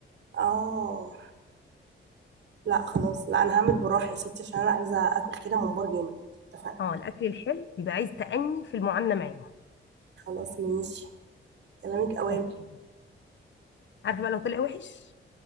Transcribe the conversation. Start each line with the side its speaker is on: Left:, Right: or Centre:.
Right: اه لا خلاص لا انا هعمل بالراحه يا ستي عشان انا عايزه اكل كده ممبار جامد اتفقنا
Left: اه الاكل الحلو بيبقى عايز تأني في المعامله معاه
Right: خلاص ماشي كلامك اوامر
Left: اوكي عارفه بقى لو طلع وحش